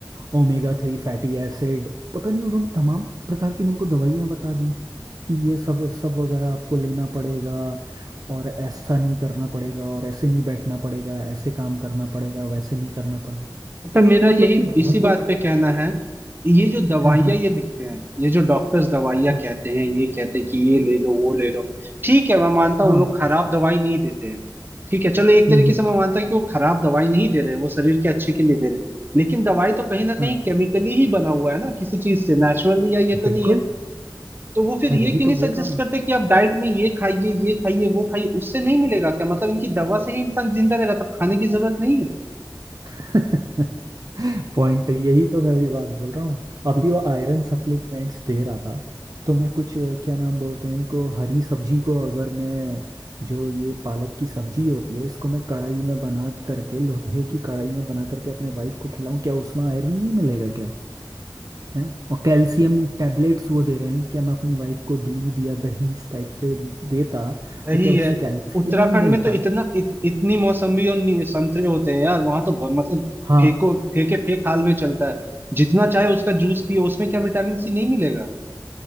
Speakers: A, on the right (about 50°); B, on the right (about 25°).
A: omega three fatty acid पता नहीं उन्होंने तमाम प्रकार की मेरे को दवाइयाँ बता दी कि ये सब सब वगैरह आपको लेना पड़ेगा और ऐसा नहीं करना पड़ेगा और ऐसे नहीं बैठना पड़ेगा ऐसे काम करना पड़ेगा वैसे नहीं करना पड़ेगा
B: अच्छा
A: तो
B: मेरा
A: एक मतलब
B: यही
A: कि बहुत
B: इसी बात
A: बड़ी
B: पे कहना है ये जो दवाइयाँ
A: हाँ
B: ये लिखते हैं ये जो डॉक्टर्स दवाइयाँ
A: हाँ
B: कहते हैं ये कहते हैं कि ये ले लो वो ले लो ठीक है मैं मानता
A: हाँ
B: हूँ वो खराब दवाई नहीं देते हैं ठीक है चलो एक
A: हम्म
B: तरीके
A: हम्म,
B: से मैं मानता हूँ कि वो खराब दवाई नहीं दे रहे वो शरीर के अच्छे के लिए दे रहे लेकिन दवाई तो कहीं ना कहीं
A: हाँ
B: केमिकली ही बना हुआ है ना किसी चीज से नेचुरली या ये तो
A: बिल्कुल
B: नहीं है तो वो फिर
A: मैं
B: ये
A: यही
B: क्यों
A: तो
B: नहीं
A: बोल
B: सजेस्ट
A: रहा हूँ
B: करते कि आप डाइट में ये खाइए ये खाइए वो खाइए उससे नहीं मिलेगा क्या मतलब इनकी दवा से ही इंसान जिंदा रहेगा तब खाने की जरूरत नहीं है
A: <laughs> पॉइंट यही तो मैं भी बात बोल रहा हूँ अभी वो आयरन सप्लीमेंट्स दे रहा था तो मैं कुछ अ, क्या नाम बोलते हैं को हरी सब्जी को अगर मैं जो ये पालक की सब्जी होती है इसको मैं कढ़ाई में बना करके लोहे की कढ़ाई में बना करके अपने वाइफ को खिलाऊं क्या उसमें आयरन नहीं मिलेगा क्या है और कैल्शियम टैबलेट्स वो दे रहे हैं क्या मैं अपनी वाइफ को दूध या दही इस टाइप से देता
B: वही
A: तो क्या
B: है
A: उससे कैल्शियम
B: उत्तराखंड
A: नहीं मिलता
B: में तो इतना इत, इतनी मौसम्बी और नी- संतरे होते हैं यार वहां तो ब- मतलब
A: हाँ
B: फेंको फेंके फेंक हाल में चलता है जितना चाहे उसका जूस पियो उसमें क्या विटामिन सी नहीं मिलेगा